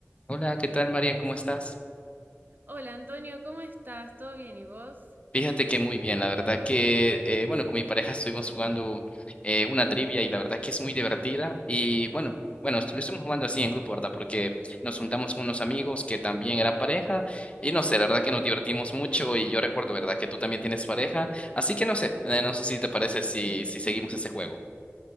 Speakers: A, on the left (about 25°); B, on the right (about 40°).
A: Hola, ¿qué tal, Marian? ¿Cómo estás?
B: Hola Antonio, ¿cómo estás? ¿Todo bien y vos?
A: Fíjate que muy bien, la verdad que, eh, bueno, con mi pareja estuvimos jugando eh, una trivia y la verdad que es muy divertida y bueno, bueno, est- lo estuvimos jugando así en grupo, ¿verdad? Porque nos juntamos con unos amigos que también eran pareja y no sé, la verdad que nos divertimos mucho y yo recuerdo, ¿verdad? Que tú también tienes pareja, así que no sé, eh, no sé si te parece si, si seguimos ese juego.